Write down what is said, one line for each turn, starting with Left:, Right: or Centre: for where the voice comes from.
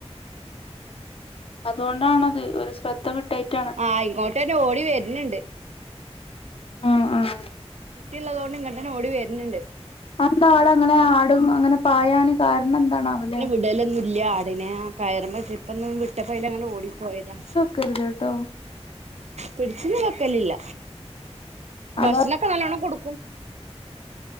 Left: അതുകൊണ്ടാണത് ഒരു ശ്രദ്ധ കിട്ടായ്നിട്ടാണ്
Right: ആഹ് ഇങ്ങോട്ട് തന്നെ ഓടി വര്ന്ന്ണ്ട്
Left: ആഹ് ആഹ്
Right: കുട്ടി ഇള്ളത് കൊണ്ട് ഇങ്ങോട്ടന്നെ ഓടി വരുന്നുണ്ട്
Left: അതെന്താവടെ ആടും അങ്ങനെ അങ്ങനെ പായാന് കാരണം എന്താണാവോ അല്ലെ
Right: ഇടലൊന്നും ഇല്ല ആടിനെ ആ കയറുമ്പോ ഇന്ന്‌ വിട്ടപ്പോ അയ്ലെ അങ്ങനെ ഓടിപ്പോയതാ
Left: ക്കരുത്ട്ടോ
Right: പിടിച്ച് ഒന്നും വെക്കലില്ല
Left: ആഹ്
Right: ഭക്ഷണൊക്കെ നല്ലോണം കൊടുക്കും